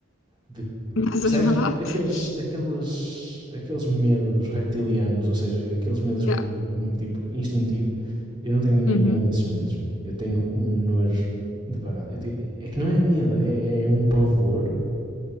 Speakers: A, on the right; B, on the left.
A: de-
B: Mas
A: Percebes?
B: baratas.
A: Aqueles, aqueles, aqueles medos reptilianos, ou seja, aqueles medos que
B: Yeah.
A: é mesmo tipo instintivo, eu não tenho nenhum
B: Uhum.
A: desses medos. Eu tenho um nojo de barato. Eu tenho- é que não é medo, é, é um pavor